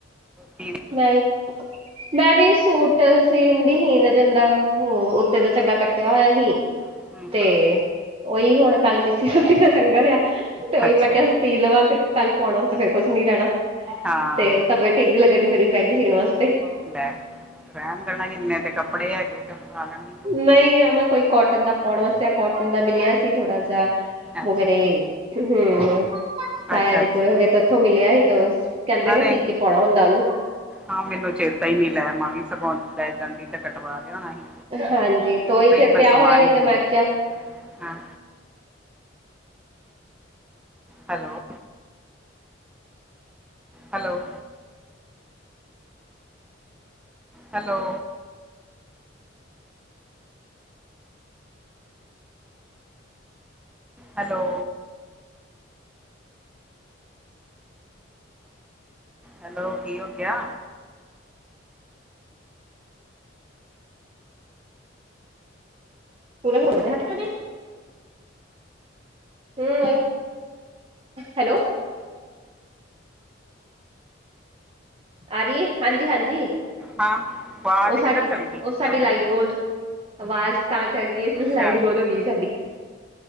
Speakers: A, in the centre; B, on the right.
A: ਠੀਕ
B: ਮੈਂ ਵੀ ਮੈਂ ਵੀ ਸੂਟ ਸੀਣ ਡੀ ਹੀ ਇੰਨੇ ਦਿਨਦਾ ਉੱਤੇ ਦਾ ਚੱਗਾ ਕੱਟਿਆ ਹੋਇਆ ਹੀ।
A: ਹਮ,
B: ਤੇ ਉਹੀ ਹੁਣ ਕੱਲ ਮਿੱਸੀ ਰੋਟੀ ਦਾ ਲੰਗਰ ਆ ਤੇ ਉਹੀ
A: ਅੱਛਾ
B: ਮੈਂ ਕਿਆ ਸੀ ਲਵਾਂ ਫਿਰ ਕੱਲ ਪਾਉਣਾ ਤੇ ਫੇਰ ਕੁਛ ਨੀ ਰੈਂਣਾ
A: ਹਾਂ
B: ਤੇ ਓ ਤਬੀਅਤ ਠੀਕ ਨੀ ਲੱਗਣ ਫਿਰ ਵੀ ਬਹਿਗੀ ਸੀਣ ਵਾਸਤੇ
A: ਲੈ ਰੈਂਣ ਦੇਣਾ ਇੰਨੇ ਤੇ ਕੱਪੜੇ ਹੈਗੇ ਤੇ ਪਾ ਲੈਣਾ ਕੋਈ
B: ਨਈ ਹਨ ਨਾ ਕੋਈ ਕੋਟਨ ਦਾ ਪਾਉਣ ਵਾਸਤੇ ਅ ਕੋਟਨ ਦਾ ਮਿਲਿਆ ਸੀ ਥੋੜਾ ਜ
A: ਅੱਛਾ
B: ਓ ਮੇਰੇ ਤੇ ਹੂੰ ਤਾਇਆ
A: ਅੱਛਾ
B: ਜੀ
A: ਅੱਛਾ
B: ਪੂਰੇ ਹੋ ਗਏ ਤੇ ਉੱਥੋਂ ਮਿਲਿਆ ਹੀ ਤੇ ਕੈਂਦੇ ਨਾ
A: ਅਰੇ
B: ਸੀ ਕੇ ਪਾਉਣਾ ਹੁੰਦਾ ਉਹਨੂੰ
A: ਹਾਂ ਮੈਨੂੰ ਚੇਤਾ ਹੀ ਨਈ ਲੈ ਆ ਮੈਂ ਵੀ ਸਗੋਂ ਲੈ ਜਾਂਦੀ ਤੇ ਕਟਵਾ ਮਿਲਣ ਆਏਗੀ
B: ਹਾਂਜੀ ਤੇ ਉਹੀ
A: ਨਈ
B: ਫਿਰ
A: ਮੈਂ
B: ਪਿਆ
A: ਸਵਾ
B: ਹੋਇਆ ਸੀ
A: ਈ ਲੈਂਦੀ
B: ਤੇ ਮੈਂ ਕਿਹਾ
A: ਹਾਂ। Hello hello hello hello hello ਕੀ ਹੋ ਗਿਆ।
B: <inaudible> ਹੂੰ, ਹੈਲੋ। ਆ ਰਹੀ ਆ, ਹਾਂਜੀ-ਹਾਂਜੀ।
A: ਹਾਂ, ਆਵਾਜ਼
B: ਓਸਾਡੀ,
A: ਕਿੱਧਰ ਚਲ ਗਈ
B: ਓ ਸਾਡੀ
A: ਕੀ ਹੋ ਗਿਆ
B: ਲਾਈਟ ਗੋਲ ਆਵਾਜ਼ ਤਾਂ ਕਟ ਗਈ,
A: ਅੱਛਾ
B: ਲਾਈਟ ਗੋਲ ਹੋ ਗਈ ਸਾਡੀ।